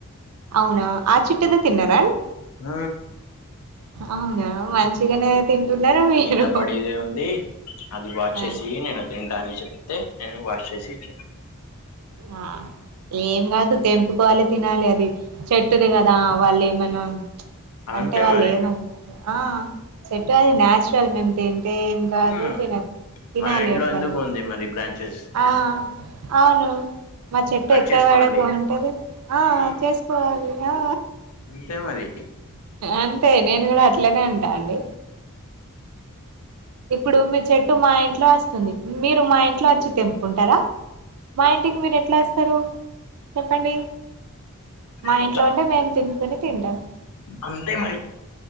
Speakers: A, on the right; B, on the left.
A: అవునా ఆ చెట్టుదె తిన్నార
B: ఆ
A: అవునా మంచిగానే తింటున్నారు మీరు
B: కింద పడి ఉంది అది వా
A: ఆ
B: చేసి నేను తింట అని చెప్తే నేను వాష్ చేసి ఇచ్చ
A: ఆ ఏం కాదు తెంపుకోవాలి తినాలి అది చెట్టుది కదా వాళ్ళే మనం
B: అంతే
A: అంటె వాళ్ళు
B: మరి
A: ఏమన్నారు ఆ చెట్టు అది నాచురల్ మేము తింట్ అంటే ఏం కాదు
B: మ్మ్
A: తినాలి తినాలి
B: మన ఇంట్లో
A: అట్ల
B: ఎందుకు
A: మీరు
B: ఉంది మరి బ్రాంచెస్
A: ఆ అవును మా చెట్టు
B: కట్
A: ఎక్కడ
B: చేసుకోండి
A: వాడక ఉంటది ఆ
B: ఉమ్,
A: చేసుకోవాలి ఆ
B: అంతే మరి
A: అంతే నేను కూడా అట్లనే అంట అండి ఇప్పుడు మీ చెట్టు మా ఇంట్లో అస్తుంది మీరు మా ఇంట్లో అచ్చి తెంప్ కుంటర మా ఇంటికి మీరు ఎట్ల అస్తరు చెప్పండి మా
B: ముచ్చ
A: ఇంట్లో ఉంటె మేము తెంపుకొని తింటాం
B: అంతే మరి